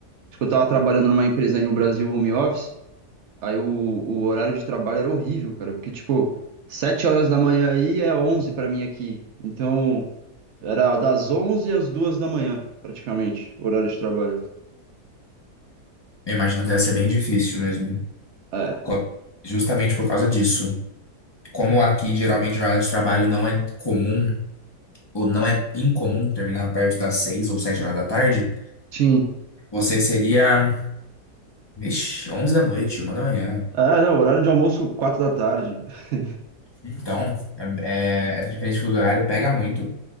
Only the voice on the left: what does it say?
Eu imagino que deve ser bem difícil mesmo.
Co- Justamente por causa disso. Como aqui geralmente a jornada de trabalho não é comum, ou não é incomum terminar perto das seis ou sete horas da tarde,
você seria, vixi, 11 da noite, uma da manhã.
Então, é- é- essa diferença de fuso horário pega muito.